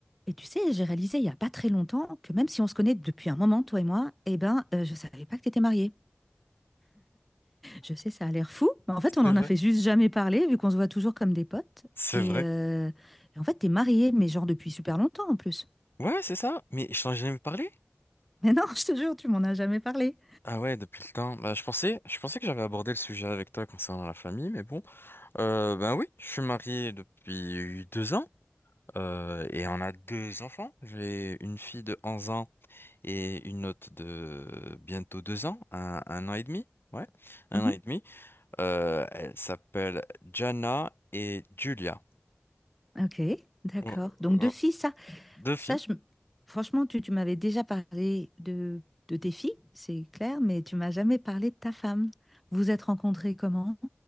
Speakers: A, in the centre; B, on the left (about 55°).
A: Et tu sais, j'ai réalisé il y a pas très longtemps que même si on se connaît depuis un moment, toi et moi, eh ben, euh, je savais pas que t'étais mariée. Je sais, ça a l'air fou, mais en fait, on
B: C'est
A: en
B: vrai.
A: a fait juste jamais parler, vu qu'on se voit toujours comme des potes.
B: C'est
A: Et,
B: vrai.
A: euh, et en fait, t'es mariée, mais genre depuis super longtemps en plus.
B: Ouais, c'est ça. Mais je t'en ai jamais parlé?
A: Mais non, <laughs> je te jure, tu m'en as jamais parlé.
B: Ah ouais, depuis le temps. Bah, je pensais, je pensais que j'avais abordé le sujet avec toi concernant la famille, mais bon. Euh, ben oui, je suis marié depuis deux ans. euh, et on a deux enfants. J'ai une fille de 11 ans et une autre de bientôt deux ans, un, un an et demi. Ouais, un
A: Mhm.
B: an et demi. Euh, elles s'appellent Jana et Julia.
A: Ok, d'accord.
B: Oh,
A: Donc
B: oh,
A: deux filles, ça,
B: Deux
A: ça,
B: filles.
A: je m- franchement, tu, tu m'avais déjà parlé de, de tes filles, c'est clair, mais tu m'as jamais parlé de ta femme. Vous vous êtes rencontrés comment?